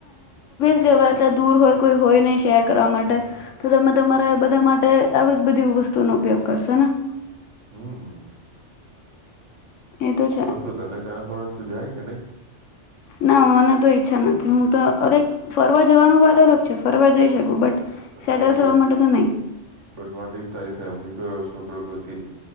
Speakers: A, on the left; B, on the right.
A: હવેં દૂર હોય કોઈ હોય નહી શેર કરવા માટે તો તમે તમારા બધા માટે આવી જ બધી વસ્તુનોો ઉપયોગ કરશો ને
B: હમ
A: એ છે
B: તો શું તને ચાલો થોડ તો જાય કે નહી
A: ના મને તો ઈચ્છા નથી હું તો અલક <unintelligible> જવાનું વાત અલગ છે ફરવા જઈ શકું બટ
B: બ
A: સેટલ
B: વટ
A: થવા
B: ઇ
A: માટે તો નહી
B: બટ વટ ઇ તારી ફેમિલી છોકરો ગોતી દે